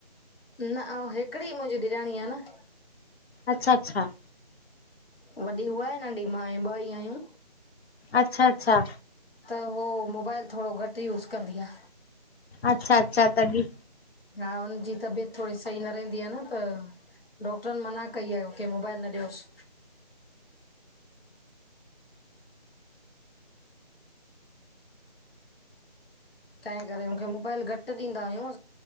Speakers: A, on the left (about 70°); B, on the left (about 85°).
A: न अउ हिकिड़ी मुंहिंजी ॾेराणी आ न।
B: अच्छा-अच्छा।
A: वॾी उहा आहे नंढी मां ऐं ॿ ई आहियूं।
B: अच्छा अच्छा।
A: त उहो मोबाइल थोरो घटि यूस कंदी आ।
B: अच्छा अच्छा तॾी।
A: हा हुनजी तबियत थोरी सही न रहंदी आ न त। डॉक्टरन मना कई आहे मूंखे मोबाइल न ॾियोस। तंहिं करे मूंखे मोबाइल घट ॾींदा आहियूं